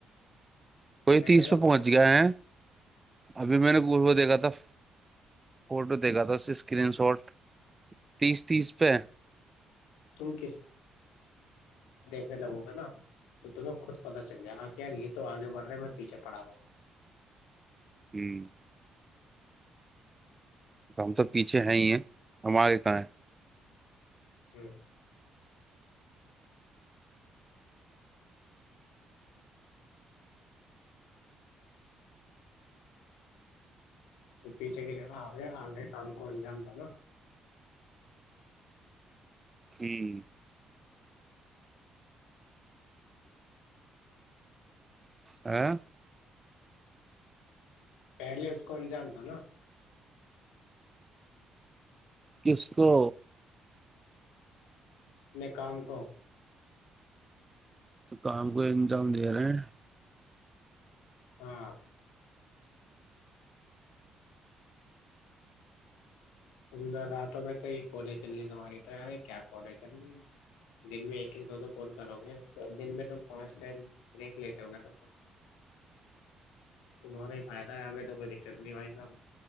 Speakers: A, on the right; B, on the left.
A: <inaudible> کوئی
B: ہ
A: تیس پہ پہنچ گیا ہے ابھی میں نےچ دیکھا تھا فٹو دیکھا تھا اسکرین شاٹ تیس تیس پہ
B: تم لگوگا نا تو تمہیں خود پتہ چل جائے گ یار یہ تو آگے بڑھ رہے میں پیچھے پڑا ہوا ہوں
A: ہوں ہم تو پیچھے ہیں ہی ہیں ہمارے کہاں ہے <inaudible>
B: ہ <inaudible> تو پیچھے کی ج آے آگے کام کو اجام تھا نا
A: ہوں <inaudible>
B: پہلے اس کو انجام تھا نا
A: کس کو
B: اپنے کام کو
A: تو کام کو انظام دے رہے ہیں
B: ہاں ت نے راتوں میں تو یہ کولے چلنی تواری تو کیا پالے چلنی ہے دن میں کہ د تو کون کرو گے دن میں ت فٹم بیک لیتے ہو گاٹ تمہارا فائد ہے اب تو کوئی دقت نہیں بائی صاحب